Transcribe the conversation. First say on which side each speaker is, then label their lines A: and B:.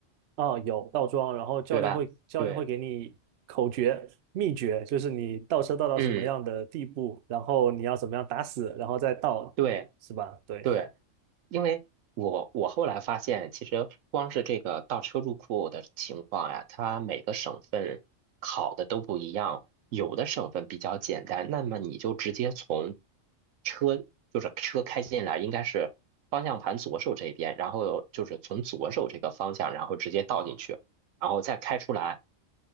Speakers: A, on the right; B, on the right.
A: 哦，有倒桩，然后教练会教练会给你口诀秘诀，
B: 对吧？对，
A: 就是你倒车倒到什么样的地步，
B: 嗯，
A: 然后你要怎么样打死，然后再倒，
B: 对
A: 是吧？对，
B: 对。因为我我后来发现，其实光是这个倒车入库的情况呀，它每个省份考的都不一样。有的省份比较简单，那么你就直接从车，就是车开进来，应该是方向盘左手这边，然后就是从左手这个方向，然后直接倒进去，然后再开出来。